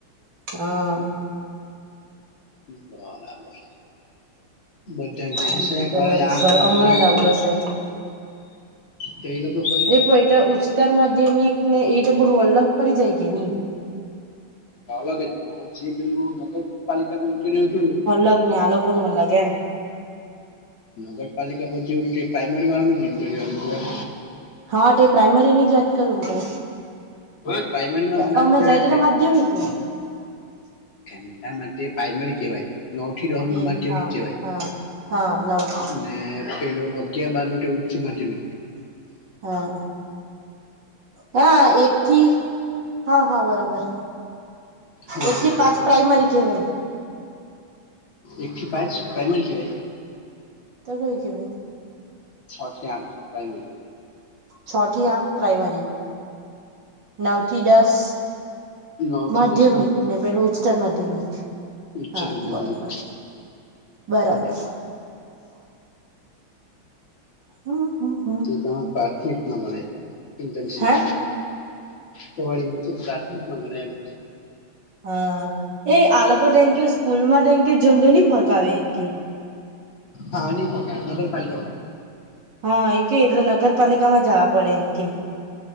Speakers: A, on the right; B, on the left.
A: હા.
B: બરાબર. બધાન
A: કોમ્પ્યુટર
B: છે એક વાર
A: વાળું
B: જ
A: સર હમણાં
B: ઉ કોઈ
A: જ
B: લોકો
A: આવલો
B: <inaudible>
A: છે
B: તે એ લોકો પ
A: અરે પ એટ ઉચતાર માધ્યમિકને એ બુધુ અલગ પડી જાય કે ની?
B: અલગજ હો જે પેલું નગરપાલિકા નુ ઇન્ટિરિયર જોયું
A: અલગને આ લોક કોણ વાર લગેમ.
B: નગરપાલિકા પછી જોયુક પ્રાઈમરી વાળા નુ ઇન્ટરવ્યૂ આલ્યુંતુ એમ
A: હા તો પ્રાઇમરીનીજ વાત કરું તો.
B: હતું એમ અને પ્રાઇમરીમાં
A: તો
B: જ્ઞાન
A: અમે
B: સહાયક
A: જાય તેતો માધ્યમિક ને.
B: એમ તે માટે પ્રાયમરી કહેવાય, નવ થી દહ નું
A: એ
B: માધ્યમિક
A: હા
B: કહેવાય.
A: હા હા નવ થી
B: ને પેલું અગિયાર બારનું ઉચ્ચ માધ્યમિક.
A: હા હા એકી હા હા બરાબર.
B: હ
A: એથી પાંચ પ્રાઇમરી કેવાય
B: એકથી પાંચ પ્રાઈમરી કેવાય?
A: તો કયું કેવાય?
B: છ થી આઠ પ્રાઈમરી.
A: છ થી આઠ પ્રાઇમરી નવ થી દસ
B: નવ
A: માધ્યમિક
B: થી દસ
A: ને પેલું ઉચ્ચતર માધ્યમિક
B: ઉચ્ચતર
A: હા
B: માધ્યમિક
A: બરોબર. બરાબર. હમ્મ હમ્મ
B: તો તમે પ્રારથમિકમાં ભણાય ઇન્ટર્નશીપ.
A: હે
B: તમારી મિન્સિક પ્રારથમિકમાં ભણે એમ
A: હા એ આલોકો તો એમ કે સ્કૂલમાં એમકે જનરલી ફરતા રહે એમ કે
B: હાની પહોંચાય નગર પાલીકાઓ
A: હા એમકે એટલે નગરપાલિકામાં જવા પડે એમકે